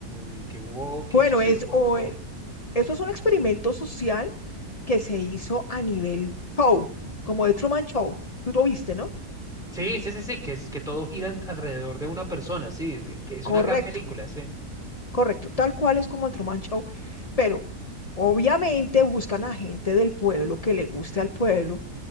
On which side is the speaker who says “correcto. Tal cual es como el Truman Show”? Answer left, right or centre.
Left